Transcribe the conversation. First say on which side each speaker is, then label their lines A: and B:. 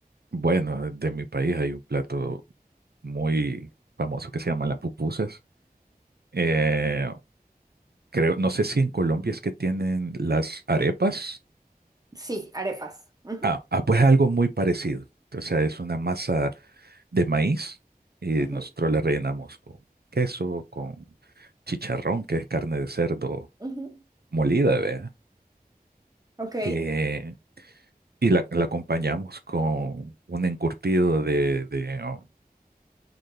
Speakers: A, on the right (about 80°); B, on the right (about 25°).
A: Bueno, de mi país hay un plato muy famoso que se llama las pupusas. Eh, creo, no sé si en Colombia es que tienen las arepas.
B: Sí, arepas. Ujú,
A: Ah, ah, pues algo muy parecido. O sea, es una masa de maíz y
B: ujú,
A: nosotros la rellenamos con queso, con chicharrón, que es carne de cerdo
B: ujú.
A: molida, ¿vea?
B: Ok.
A: eh, y la, la acompañamos con un encurtido de, de, um,